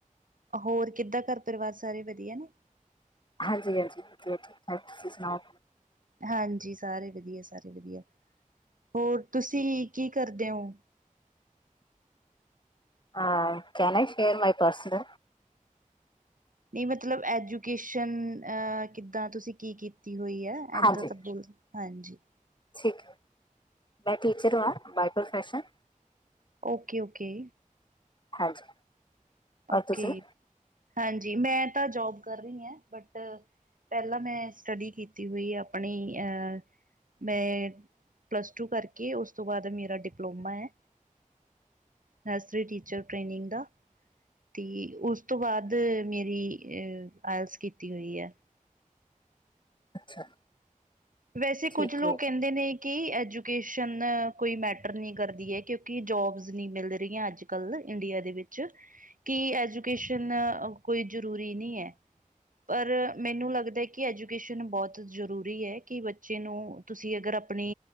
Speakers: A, on the right; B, on the left.
A: ਹੋਰ ਕਿੱਦਾਂ ਘਰ ਪਰਿਵਾਰ ਸਾਰੇ ਵਧੀਆ ਨੇ?
B: ਹਾਂਜੀ ਹਾਂਜੀ ਵਧੀਆ ਤੁਸੀਂ ਸੁਣਾਓ
A: ਹਾਂਜੀ। ਸਾਰੇ ਵਧੀਆ- ਸਾਰੇ ਵਧੀਆ। ਹੋਰ ਤੁਸੀਂ ਕੀ ਕਰਦੇ ੳਂ?
B: ਹ ਕੈਨ ਈ ਸ਼ੇਰ ਮਾਈ ਪਰਸਨ
A: ਨਈ ਮਤਲਬ ਐਜੂਕੇਸ਼ਨ ਅ ਕਿੱਦਾਂ, ਤੁਸੀਂ ਕੀ ਕੀਤੀ ਹੋਈ ਏ? ਇਏਦਾਂ
B: ਹਾਂਜੀ
A: ਤਾਂ ਬੋਲ ਹਾਂਜੀ
B: ਠੀਕ ਹੈ। ਮੈਂ ਟੀਚਰ ਹਾਂ ਬਾਏ ਪਰੋਫੈਸ਼ਨ
A: ਓਕੇ-ਓਕੇ।
B: ਹਾਂਜੀ।
A: ਓਕੇ।
B: ਔਰ ਤੁਸੀਂ
A: ਹਾਂਜੀ‌। ਮੈਂ ਤਾਂ ਜੋਬ ਕਰ ਰਹੀ ਹਾਂ। ਬਟ ਪਹਿਲਾਂ ਮੈਂ ਸਟੱਡੀ ਕੀਤੀ ਹੋਈ ਹੈ। ਆਪਣੀ ਅਹ ਮੈਂ ਪਲੱਸ ਟੂ ਕਰਕੇ। ਉਸ ਤੋਂ ਬਾਅਦ ਮੇਰਾ ਡਿਪਲੋਮਾ ਏ। ਨਰਸਰੀ ਟੀਚਰ ਟ੍ਰੇਨਿੰਗ ਦਾ। ਤੇ ਉਸ ਤੋਂ ਬਾਅਦ ਮੇਰੀ ਆਇਲਸ ਕੀਤੀ ਹੋਈ ਹੈ।
B: ਅੱਛਾ।
A: ਵੈਸੇ ਕੁੱਝ
B: ਠੀਕ
A: ਲੋਕ
B: ਹੈ
A: ਕਹਿੰਦੇ ਨੇ ਕਿ ਐਜੂਕੇਸ਼ਨ ਕੋਈ ਮੈਟਰ ਨਹੀਂ ਕਰਦੀ ਏ ਕਿਉਂਕਿ ਜੋਬਸ ਨਹੀਂ ਮਿਲ ਰਹੀਆਂ ਅੱਜ ਕੱਲ ਇੰਡੀਆ ਦੇ ਵਿੱਚ।
B: <inaudible>
A: ਕਿ ਐਜੂਕੇਸ਼ਨ ਕੋਈ ਜ਼ਰੂਰੀ ਨਹੀਂ ਹੈ। ਪਰ ਮੈਨੂੰ ਲੱਗਦਾ। ਕਿ ਐਜੂਕੇਸ਼ਨ ਬਹੁਤ ਜ਼ਰੂਰੀ ਏ। ਕਿ ਬੱਚੇ ਨੂੰ ਤੁਸੀਂ ਅਗਰ ਆਪਣੀ